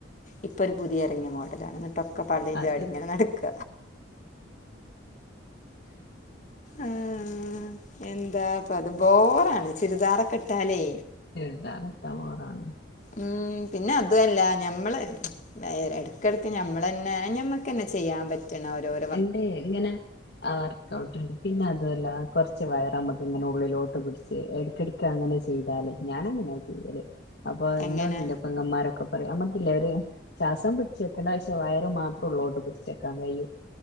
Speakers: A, on the left; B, on the left.
A: ഇപ്പൊ ഒരു പുതിയ ഇറങ്ങിയ മോഡലാണ് എന്നിട്ടൊക്കെ പള്ളിയയും
B: അത്
A: ചാടി ഇങ്ങനെ നടക്ക ആഹ്‌ എന്താ പത് ബോറാണ് ചുരിദാറകെട്ടാലേ
B: എഴുതാകത്തമോറാണ്
A: ഉം പിന്നെ അതുവല്ല ഞമ്മള് ച്ച്. എട്കെടക്ക് ഞമ്മളന്നെ ഞമ്മക്ക്ന്നെ ചെയ്യാൻ പ ജനാരോരം
B: എന്തേ എങ്ങനെ ആ വർക്കഔട്ട്ണ്ട് പിന്നെ അതല്ല കുറച്ച് വയറ അമ്മക്ക് ഇങ്ങന ഉള്ളിലോട്ട് പിടിച്ച് എട്ക്കെട് ക്ക് അങ്ങനെ ചെയ്താല് ഞാൻ അങ്ങനെ ചെയ്യല് അപ്പൊ എന്നോട്
A: എങ്ങനെ
B: തൊ പെങ്ങമാരൊക്കെ പരം അമ്മക്കിലൊര്. ശ്വാസം പിടിച്ച് വെക്കു നിട്ട് ഏഷം വയര് മാത്രേ ഉള്ളോട്ട് പിടിച്ചക്കാൻ കയ്യു.